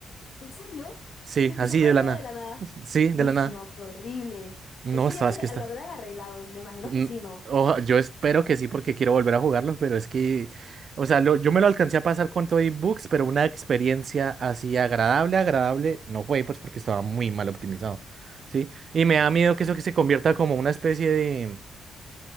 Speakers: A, on the left; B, on the right.
A: ¿En serio?
B: Sí,
A: ¿Se te
B: así
A: cerró
B: de
A: el
B: la
A: juego
B: nada.
A: de la nada?
B: Sí, de
A: Uy,
B: la nada.
A: no, qué horrible.
B: No,
A: Eso ya
B: sabes
A: lo, arre-
B: que está.
A: lo habrán arreglado, me imagino
B: Mm,
A: que sí, ¿no?
B: oja- yo espero que sí, porque quiero volver a jugarlo, pero es que, o sea, lo- yo me lo alcancé a pasar con todo y bugs, pero una experiencia así agradable, agradable, no fue, pues porque estaba muy mal optimizado. Sí, y me da miedo que eso que se convierta como una especie de,